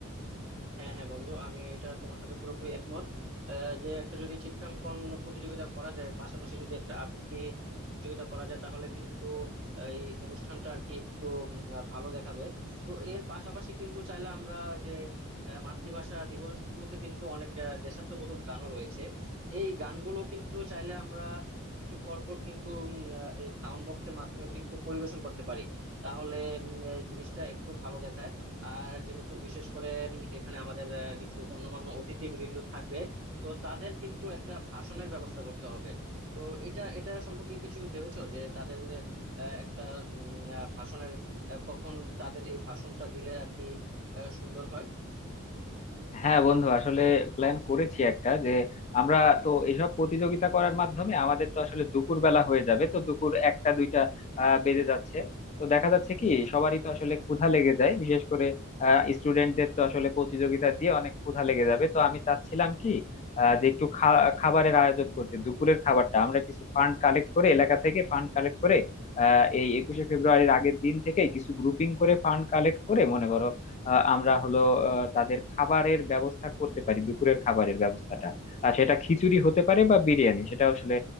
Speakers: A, on the right; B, on the left.
A: হ্যাঁ হ্যাঁ বন্ধু আমি এটা তোমার সাথে পুরোপুরি একমত আহ, যে একটা যদি চিত্রাঙ্কন প্রতিযোগিতা করা যায় পাশাপাশি যদি একটা আবৃত্তি প্রতিযোগিতা করা যায় তাহলে কিন্তু এই অনুষ্ঠানটা আর কি একটু উম, আহ, ভালো দেখাবে তো এর পাশাপাশি কিন্তু চাইলে আমরা যে আহ, মাতৃভাষা দিবস উপলক্ষে কিন্তু অনেক আহ, দেশাত্মবোধক গানও রয়েছে এই গানগুলো কিন্তু চাইলে আমরা একটু পর পর কিন্তু উম, আহ, এই সাউন্ড বক্সের মাধ্যমে কিন্তু পরিবেশন করতে পারি তাহলে উম, এই জিনিসটা একটু ভালো দেখায় আর যেহেতু বিশেষ করে উম, এখানে আমাদের আহ, কিছু গণ্যমান্য অতিথি বিভিন্ন থাকবে তো তাদের কিন্তু একটা ভাষণের ব্যবস্থা করতে হবে তো এটা এটা সম্পর্কে কিছু ভেবেছো যে তাদের আহ, একটা উম, আহ, ভাষণের আহ, কখন তাদের এই ভাষণটা দিলে আর কি আহ, সুন্দর হয়
B: হ্যাঁ বন্ধু আসলে প্ল্যান করেছি একটা যে আমরা তো এইসব প্রতিযোগিতা করার মাধ্যমে আমাদের তো আসলে দুপুর বেলা হয়ে যাবে তো দুপুর একটা দুইটা আহ, বেজে যাচ্ছে তো দেখা যাচ্ছে কি সবারই তো আসলে ক্ষুধা লেগে যায় বিশেষ করে স্টুডেন্টদের তো আসলে প্রতিযোগিতা দিয়ে অনেক ক্ষুধা লেগে যাবে তো আমি চাচ্ছিলাম কি আহ, যে একটু খা- খাবারের আয়োজন করতে দুপুরের খাবারটা আমরা কিছু ফান্ড কালেক্ট করে এলাকা থেকে ফান্ড কালেক্ট করে আহ এই একুশে ফেব্রুয়ারির আগের দিন থেকে কিছু গ্রুপিং করে ফান্ড কালেক্ট করে মনে করো আহ, আমরা হলো আহ, তাদের খাবারের ব্যবস্থা করতে পারি দুপুরের খাবারের ব্যবস্থাটা আর সেটা খিচুড়ি হতে পারে বা বিরিয়ানি সেটা আসলে